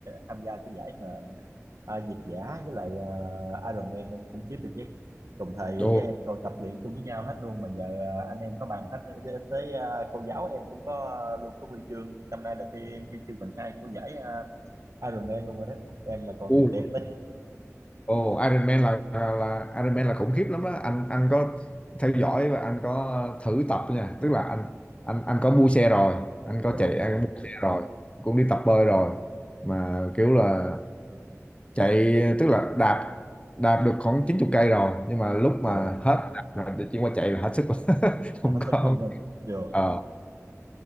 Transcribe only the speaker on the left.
<laughs>
Đồ.
Ồ, Iron Man là, là là Iron Man là khủng khiếp lắm đó. Anh anh có theo dõi và anh có thử tập nha. Tức là anh anh anh có mua xe rồi, anh có
chạy anh có mua xe rồi, cũng đi tập bơi rồi. Mà kiểu là chạy tức là đạp đạp được khoảng 90 cây rồi, nhưng mà lúc
mà hết đạp rồi thì chuyển qua chạy là hết sức rồi. <laughs>
không
có.
Ờ,